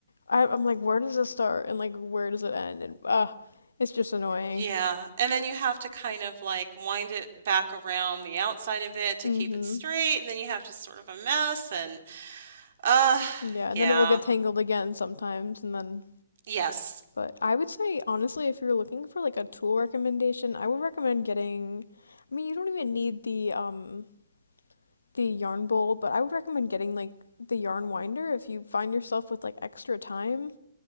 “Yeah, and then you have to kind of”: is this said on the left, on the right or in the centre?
Right